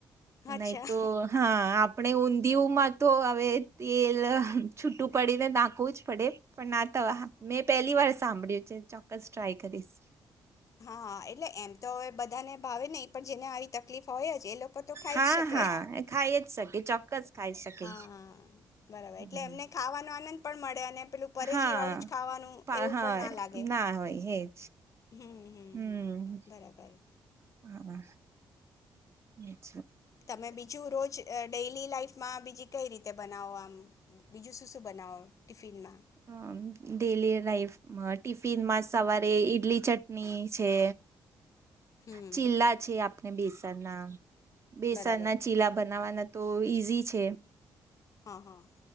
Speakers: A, on the left; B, on the right.
A: અચ્છા
B: નહી તો હા આપણે ઊંધિયુંમાં તો હવે તેલ અહ છુટું પડીને ના હોવું જ પડે. પણ નાતા હા, મેં પહેલી વાર સાંભળ્યું. ચ-ચોક્કસ ટ્રાય કરીશ.
A: હા, એટલે એમ તો હવે બધાને ભાવે નહીં પણ જેને આવી તકલીફ હોયજ એ લોકો તો ખાઈજ
B: હા
A: શકે.
B: હા એ ખાઈ જ શકે ચોક્કસ ખાઈ શકે
A: હા, બરાબર એટલે
B: હમ.
A: એમને ખાવાનો આનંદ પણ મળે અને પેલું પરેજીવાળું
B: હા,
A: જ ખાવાનું
B: પા
A: એવું
B: હા
A: પણ ના લાગે
B: ના હોય હેજ.
A: હમ હમ
B: હમ્મ,
A: હમ બરાબર
B: હાવા. હમ્મ.
A: તમે બીજું રોજ અહ ડેલી લાઈફમાં બીજી કઈ રીતે બનાવો આમ, બીજું શું-શું બનાવો ટિફિનમાં?
B: અ ડેલી લાઈફમાં ટિફિનમાં સવારે ઈડલી ચટની છે.
A: હમ
B: ચિલ્લા છે આપ ને બેસનના બેસનના
A: બરાબર
B: ચીલા બનાવાના તો ઈઝી છે.
A: હા હા.